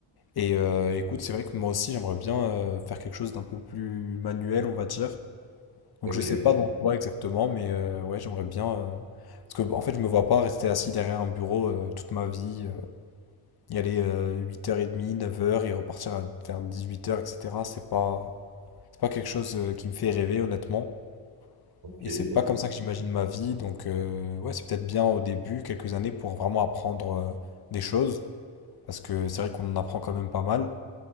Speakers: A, on the left; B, on the right.
A: Et euh, écoute, c'est vrai que moi aussi j'aimerais bien euh, faire quelque chose d'un peu plus manuel, on va dire. Donc
B: Ok,
A: je sais
B: ok,
A: pas dans quoi exactement, mais euh, ouais, j'aimerais bien. euh, Parce que en fait, je me vois pas rester assis derrière un bureau euh, toute ma vie, euh, y aller 8h30, neuf heures et repartir à, vers 18h, etc. C'est pas, c'est pas quelque chose euh, qui me fait rêver, honnêtement.
B: ok,
A: Et c'est
B: ok.
A: pas comme ça que j'imagine ma vie. Donc euh, ouais, c'est peut-être bien au début, quelques années, pour vraiment apprendre euh, des choses. Parce que c'est vrai qu'on en apprend quand même pas mal.